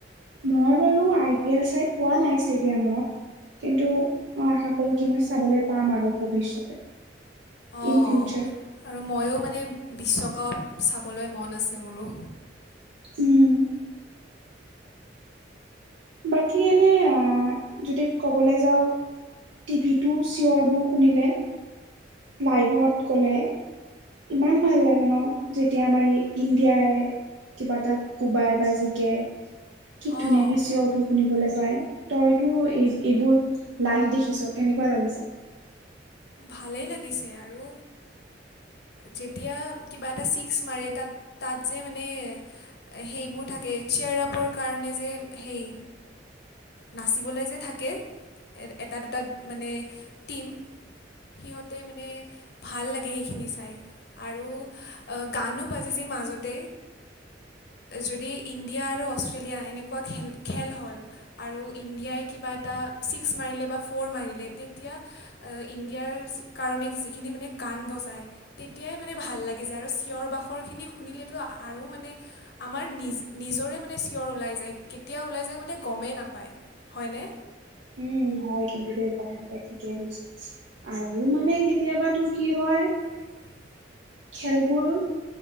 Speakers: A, on the right; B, on the left.
A: মই বাৰু আই পি এল চাই পোৱা নাই ষ্টেডিয়ামত। কিন্তু মই আশা কৰো কি মই চাবলৈ পাম আৰু ভৱিষ্যতে।
B: অ',
A: ইন ফিউচাৰ
B: আৰু ময়ো মানে বিশ্বকাপ চাবলৈ মন আছে মোৰো।
A: উম। বাকী এনে যদি কবলৈ যাওঁ টিভিটো চিয়ৰবোৰ শুনিলে লাইভত গ'লে ইমান ভাল লাগে ন যেতিয়া আমাৰ ইণ্ডিয়াই কিবা এটা কোবাই বা জিকে কি
B: অঁ
A: ধুনীয়াকে চিঞৰবোৰ শুনিবলৈ পায়। তইতো এই এইবোৰ লাইভ দেখিছ কেনেকুৱা লাগিছে?
B: ভালেই লাগিছে আৰু যেতিয়া কিবা এটা ছিক্স মাৰে তাত তাত যে মানে সেইবোৰ থাকে চেয়াৰ আপৰ কাৰণে যে সেই নাচিবলৈ যে থাকে এটা দুটা মানে টীম। সিহঁতে মানে ভাল লাগে সেইখিনি চাই আৰু গানো বাজে যি ম মাজতে। যদি ইণ্ডিয়া আৰু অষ্ট্ৰেলিয়া এনেকুৱা খেল খেল হ'ল। আৰু ইণ্ডিয়াই কিবা এটা ছিক্স মাৰিলে বা ফ'ৰ মাৰিলে। তেতিয়া দিয়াৰ কাৰণে যিখিনি মানে গান বজায়। তেতিয়াই মানে ভাল লাগি যায় আৰু চিঞৰ বাখৰখিনি শুনিলেতো আৰু মানে আমাৰ নিজৰে চিঞৰ ওলাই যায়। কেতিয়া ওলাই যায় মানে গমেই নাপায় হয়নে?
A: উম, হয় কিন্তু দেই কথা তাই ঠিকেই কৈছ আৰু মানে কেতিয়াবা তোৰ কি হয়
B: <inaudible>
A: খেলবোৰ